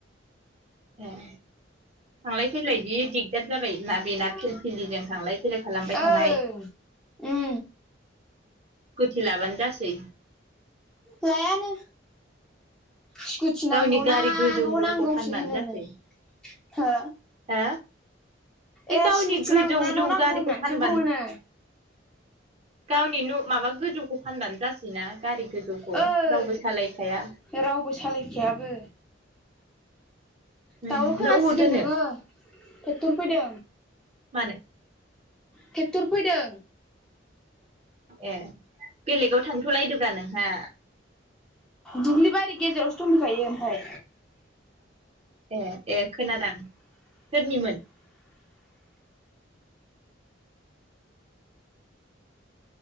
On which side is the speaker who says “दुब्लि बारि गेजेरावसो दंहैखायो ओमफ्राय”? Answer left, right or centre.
Centre